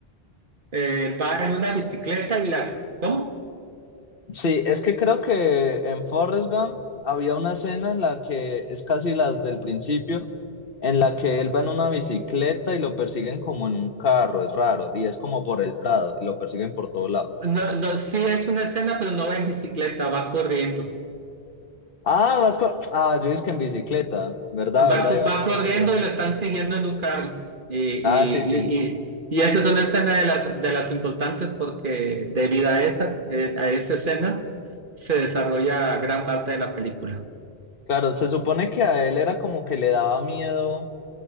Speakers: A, on the right; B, on the left.
A: eh, va en una bicicleta y la... ¿Cómo?
B: Sí, es que creo que en Forrest Gump había una escena en la que es casi las del principio, en la que él va en una bicicleta y lo persiguen como en un carro, es raro, y es como por el Prado, y lo persiguen por todo lado.
A: No, no, sí es una escena, pero no va en bicicleta, va corriendo.
B: Ah, vas con... Ah, yo dije que en bicicleta, ¿verdad?
A: Va,
B: ¿Verdad?
A: co-
B: Iba
A: va corriendo
B: corriendo.
A: y lo están siguiendo en un carro. Y, y,
B: Ah, sí, sí.
A: y, y, y esa es una escena de las, de las importantes porque debido a esa, es- a esa escena se desarrolla gran parte de la película.
B: Claro, se supone que a él era como que le daba miedo